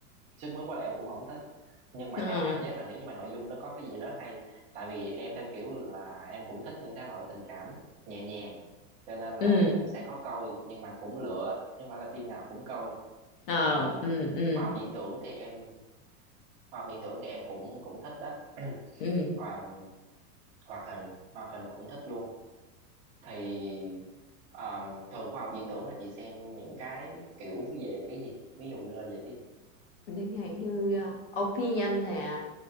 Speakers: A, on the right; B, on the left.
A: sướt mướt quá là em cũng không thích nhưng mà em
B: ờ
A: cảm giác là nếu như mà nội dung nó có cái gì đó hay tại vì em theo kiểu là em cũng thích những thể loại tình cảm nhẹ nhàng cho nên
B: ừ
A: là cũng sẽ có coi nhưng mà cũng lựa nhưng phải là phim nào cũng coi
B: ờ
A: Ờ,
B: ừ ừ
A: khoa học viễn tưởng thì em khoa học viễn tưởng thì em cũng cũng thích đó <clears throat>
B: ừ
A: À, hoạt hình hoạt hình cũng thích luôn thì à, thường khoa học viễn tưởng là chị xem những cái kiểu về cái gì ví dụ như là về cái gì
B: Chẳng hạn như uh, opinion nè